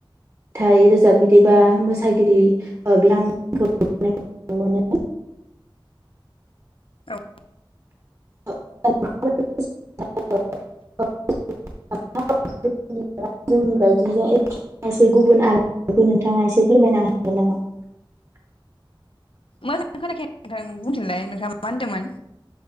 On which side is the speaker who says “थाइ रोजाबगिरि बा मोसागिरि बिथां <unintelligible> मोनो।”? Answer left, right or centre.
Right